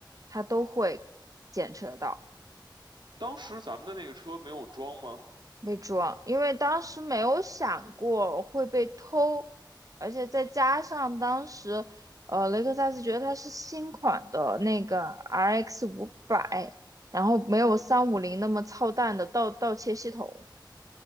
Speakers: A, on the right; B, on the right.
A: 它都会检测到
B: 当时咱们的那个车没有装吗？
A: 被抓。因为当时没有想过会被偷，而且再加上当时，呃，雷克萨斯觉得它是新款的那个 RX 五百，然后没有三五零那么操蛋的盗盗窃系统。
B: 也